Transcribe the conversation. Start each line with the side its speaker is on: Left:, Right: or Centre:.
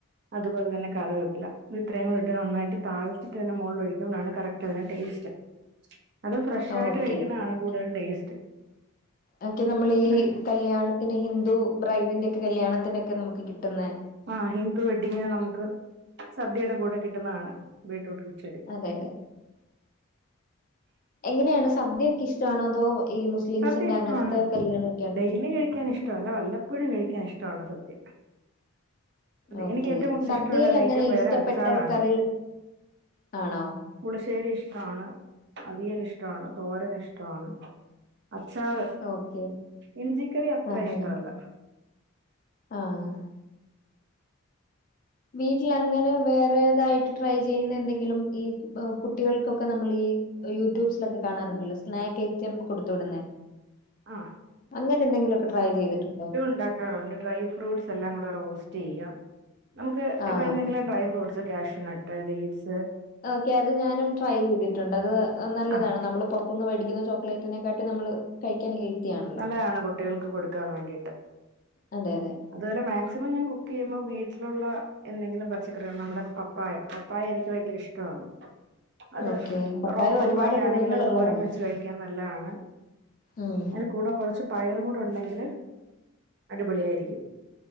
Right: അതുപോലെ തന്നെ കറിവേപ്പില, ഇത്രയും ഇട്ട് നന്നായിട്ട് താളിച്ചിട്ട് അതിന്റെ മുകളിൽ ഒഴിക്കുമ്പഴാണ് കറക്റ്റ് <unintelligible> ടേസ്റ്റ് അതും ഫ്രഷായിട്ട്
Left: ഓക്കെ
Right: കഴിക്കുന്നതാണ് കൂടുതൽ ടേസ്റ്റ്.
Left: ഒക്കെ നമ്മൾ ഈ
Right: പിന്നെ
Left: കല്യാണത്തിന് ഹിന്ദു ബ്രൈഡിന്റെ ഒക്കെ കല്യാണത്തിനൊക്കെ നമുക്ക് കിട്ടുന്നെ
Right: ആഹ് ഹിന്ദു വെഡ്ഡിങ്ങിന് നമുക്ക് സദ്യയുടെ കൂടെ കിട്ടുന്നതാണ് ബീറ്റ്റൂട്ട് കിച്ചടി.
Left: അതെ അതെ എങ്ങനെയാണ് സദ്യയൊക്കെ ഇഷ്ടമാണോ? അതോ ഈ മുസ്ലിംസിന്റെ
Right: സദ്യ ഇഷ്ടാണ്.
Left: അങ്ങനത്തെ കല്യാണമൊക്കെയാണോ
Right: ഡെയ്ലി കഴിക്കാൻ ഇഷ്ടല്ല വല്ലപ്പോഴും കഴിക്കാൻ ഇഷ്ടാണ് സദ്യ.
Left: ഓക്കെ
Right: എനിക്ക് ഏറ്റവും കൂടുതൽ
Left: സദ്യയിൽ
Right: ഇഷ്ടമുള്ളരൈറ്റം
Left: അങ്ങനെ
Right: വേറെ
Left: ഇഷ്ടപ്പെട്ട
Right: അച്ചാറാണ്.
Left: കറി ആണോ
Right: പുളിശ്ശേരി ഇഷ്ടാണ്, അവിയൽ ഇഷ്ടാണ്, തോരൻ ഇഷ്ടാണ്. അച്ചാറ്
Left: ഓക്കെ
Right: ഇഞ്ചിക്കറി അത്ര
Left: ആഹ്
Right: ഇഷ്ടം അല്ല.
Left: ആഹ് വീട്ടിൽ അങ്ങനെ വേറെതായിട്ട് ട്രൈ ചെയ്യുന്ന എന്തെങ്കിലും ഈ ബ കുട്ടികൾക്കൊക്കെ നമ്മൾ ഈ യൂട്യൂബ്സിലൊക്കെ കാണാറുണ്ടല്ലോ സ്നേക്കയ് റ്റം കൊടുത്തു വിടുന്നേ,
Right: ആഹ്
Left: അങ്ങനെ എന്തെങ്കിലുമൊക്കെ ട്രൈ ചെയ്തിട്ടുണ്ടോ?
Right: ഇണ്ടാക്കാറുണ്ട്, ഡ്രൈ ഫ്രൂട്ട്സ് എല്ലാം കൂടെ റോസ്റ്റ് ചെയ്യാ, നമുക്ക്
Left: ആഹ്
Right: ഇപ്പ എന്തെങ്കിലും dry fruit cashew nut, dates
Left: okay അത് ഞാനും ട്രൈ ചെയ്തിട്ടുണ്ട്, അത് നല്ലതാണ്
Right: ആഹ്
Left: നമ്മൾ പൊർ ത്ത്ന്ന് മേടിക്കുന്ന ചോക്ലേറ്റിനെക്കാട്ടി നമ്മള് കഴിക്കാൻ ഹെൽത്തിയാണ്.
Right: നല്ലതാണ് കുട്ടികൾക്ക് കൊടുക്കാൻ വേണ്ടിട്ട്.
Left: അതെ അതെ
Right: അതുപോലെ മാക്സിമം ഞാൻ കുക്ക് ചെയ്യുമ്പോ വീട്ടിലുള്ള എന്തെങ്കിലും പച്ചക്കറികൾ നമ്മുടെ പ പ്പായ പപ്പായ എനിക്ക് ഭയങ്കര ഇഷ്ടാണ്. അത്
Left: ഓക്കെ
Right: റോ പപ്പായ
Left: ഒരുപാട്
Right: ആണെങ്കിൽ
Left: ഗുണങ്ങളുള്ളതാണ്
Right: അത് തോരൻ വെച്ച് കഴിക്കാൻ നല്ലതാണ്.
Left: ഉം
Right: അതിന്റെ കൂടെ കുറച്ച് പയറും കൂടെ ഉണ്ടെങ്കിൽ അടിപൊളിയായിരിക്കും.